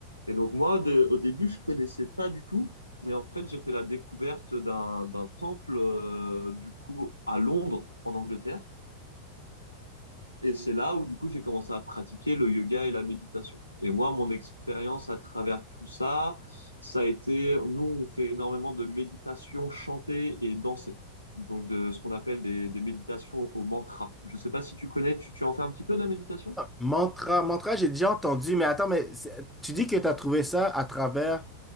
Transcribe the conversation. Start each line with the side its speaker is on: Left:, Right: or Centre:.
Left: Et donc moi, de- au début, je connaissais pas du tout. Et en fait, j'ai fait la découverte d'un d'un temple, euh, du coup, à Londres, en Angleterre. Et c'est là où, du coup, j'ai commencé à pratiquer le yoga et la méditation. Et moi, mon expérience à travers tout ça, ça a été, nous, on fait énormément de méditation chantée et dansée. Donc, de ce qu'on appelle des, des méditations au mantra. Je sais pas si tu connais, tu, tu en fais un petit peu de la méditation?
Centre: Mantra, mantra, j'ai déjà entendu, mais attends, mais c'est- tu dis que tu as trouvé ça à travers